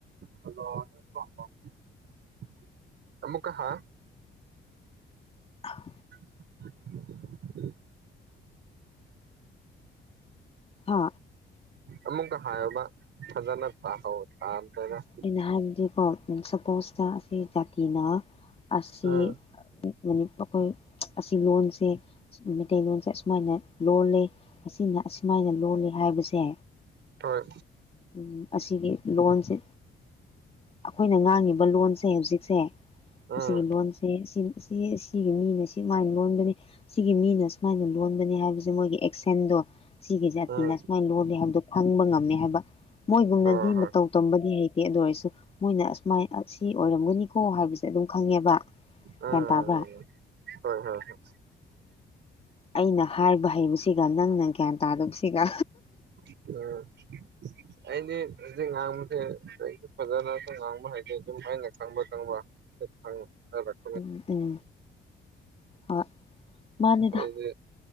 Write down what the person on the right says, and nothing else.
ꯍꯜꯂꯣ <unintelligible> ꯑꯃꯨꯛꯀ ꯍꯥ
<inaudible>
ꯑꯃꯨꯛꯀ ꯍꯥꯏꯌꯣꯕ ꯐꯖꯅ ꯇꯥꯍꯧ <unintelligible>
ꯎꯝ
ꯍꯣꯏ
ꯎꯝ
ꯎꯝ
ꯍꯣꯏ ꯍꯣꯏ
ꯎꯝ ꯎꯝ
ꯎꯝ ꯍꯣꯏ ꯍꯣꯏ ꯍꯣꯏ
<unintelligible> ꯑꯩꯗꯤ ꯍꯧꯖꯤꯛ ꯉꯥꯡꯕꯖꯦ ꯑꯩꯁꯨ ꯐꯖꯅꯁꯨ ꯉꯥꯡꯕ ꯍꯩꯇꯦ ꯑꯗꯨꯝ ꯑꯩꯅ ꯈꯪꯕ ꯈꯪꯕ <unintelligible>
ꯑꯩꯗꯤ